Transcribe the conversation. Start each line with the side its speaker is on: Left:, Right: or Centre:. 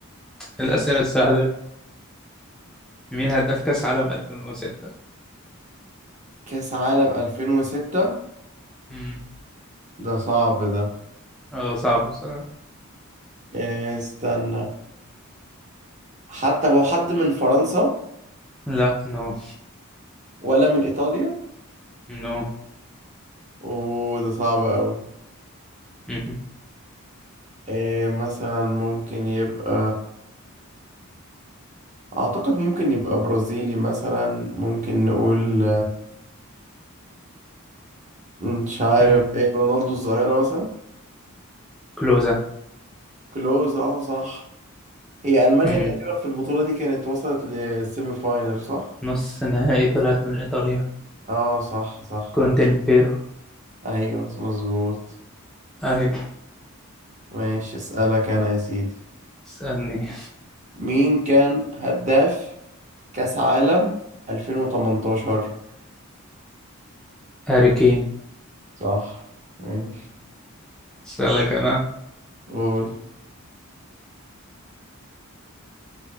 Centre: الأسئلة السهلة دي. مين هداف كأس عالم 2006
Right: كاس عالم 2006
Centre: امم
Right: ده صعب ده
Centre: اه صعب بصراحة
Right: إيه، استنى حتى هو حد من فرنسا
Centre: لا نو
Right: ولا من ايطاليا
Centre: نو
Right: وده صعب قوي
Centre: مهم.
Right: إيه مثلا ممكن يبقى اعتقد ممكن يبقى برازيلي مثلا ممكن نقول مش عارف
Centre: مم.
Right: ايه رونالدو الظاهرة مثلا
Centre: كلوزا
Right: كلوز اه صح هي ألمانيا
Centre: مم.
Right: تقريبا في البطولة دي كانت وصلت للسيمي فاينل صح؟
Centre: نص نهائي طلعت من إيطاليا
Right: اه صح صح
Centre: كون
Right: انا اخت-
Centre: ديل بيرو
Right: ايوه مظبوط
Centre: ايوه
Right: ماشي اسألك انا يا سيدي
Centre: اسألني
Right: مين كان هداف كأس عالم 2018
Centre: هاري كين
Right: صح ماشي
Centre: اسألك أنا
Right: قول